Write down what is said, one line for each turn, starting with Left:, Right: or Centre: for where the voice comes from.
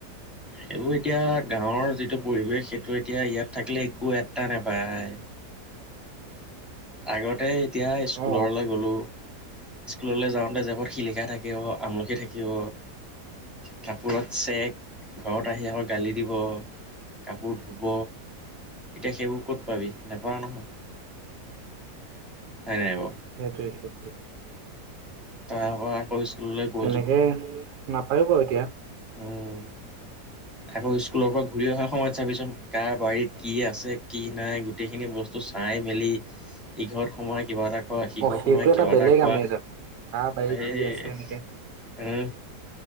Centre: সেইবোৰ এতিয়া গাঁৱৰ যিটো পৰিৱেশ সেইটো এতিয়া ইয়াত থাকিলে একো এটা নাপায়। আগতেই এতিয়া স্কুলৰলৈ
Right: অ,
Centre: গ'লোঁ স্কুললৈ যাওঁতে জেপত শিলিখা থাকিব, আমলখি থাকিব, কাপোৰত চেক ঘৰত আহি আকৌ গালি দিব কাপোৰ ধুব, এতিয়া সেইবোৰ ক'ত পাবি। নেপাঅ নহয় হয় নাই বাওঁ
Right: সেইটোৱে সেইটোৱে এক্ষ
Centre: তাৰ পৰা কৰিছোঁ <unintelligible>
Right: তেনেকে <unintelligible>
Centre: উম আকৌ স্কুলৰ পৰা ঘূৰি অহাৰ সময়ত চাবিচোন কাৰ বাৰীত কি আছে কি নাই গোটেইখিনি বস্তু চাই মেলি ইঘৰত সোমাই কিবা এটা খোৱা সিহঁত
Right: অ, সেইটো
Centre: সোমাই কিবা
Right: বেলেগ
Centre: এটা খোৱা,
Right: আমেজ আকৌ কাৰ বাৰীত
Centre: এই
Right: কি আছে এনেকে